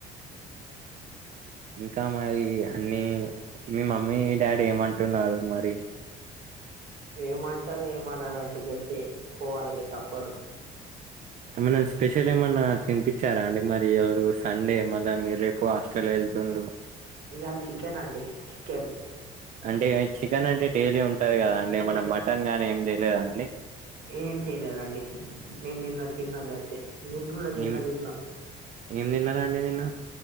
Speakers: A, on the right; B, on the right.
A: ఇంకా మరి అన్నీ మీ మమ్మీ డాడీ ఏమంటున్నారు మరి
B: ఏమంటారు ఏం అనరు అండి గంతే పోవాలేగా తప్పదు
A: ఏమన్నా స్పెషల్ ఏమన్నా తినిపించారా అండి మరి ఈరోజు సండే మల్ల మీరు రేపు హాస్టల్ వెళ్ తులు
B: ఈయల చికెన్ అండి చికెన్
A: అంటే చికెన్ అంటే డైలీ ఉంటంది కదా అండి మన మటన్ గానీ ఏమి తేలేదా అండి
B: ఏం చేయలేదండి నేను నిన్న తిన్న గంతే నేన్ కూడా నిన్న
A: ఏం
B: తిన్న
A: ఏం తిన్నారు అండి నిన్న